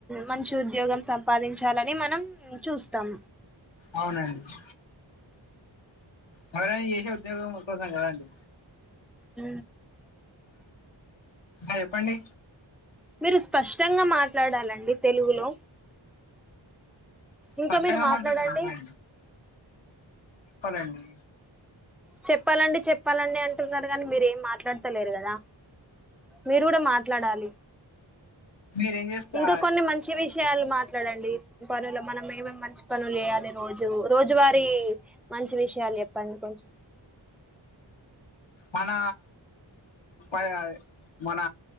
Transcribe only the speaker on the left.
అవునండి మనం చేశెది ఉద్యోగం కోసం కదండీ
ఉ పండి
కష్టంగా
మాట్లాడుత పది అండి
మీరేం చేస్తా
మన ప మన